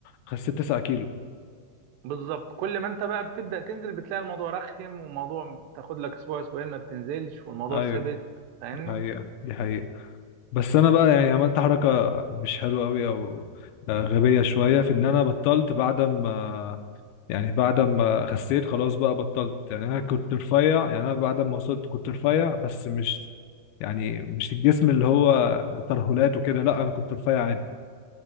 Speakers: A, on the left; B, on the right.
A: خسيت 9 كيلو
B: بالظبط كل ما انت بقى بتبدا تنزل بتلاقي الموضوع رخم والموضوع تاخد لك اسبوع اسبوعين ما بتنزلش والموضوع
A: ايوه
B: ثبت فاهمني
A: دي حقيقة دي حقيقة بس انا بقى يعني عملت حركه مش حلوه قوي او آه، غبيه شويه في ان انا بطلت بعد ما يعني بعد ما خسيت خلاص بقى بطلت يعني انا كنت رفيع يعني انا بعد ما وصلت كنت رفيع بس مش يعني مش الجسم اللي هو ترهلات وكده لا انا كنت رفيع عادي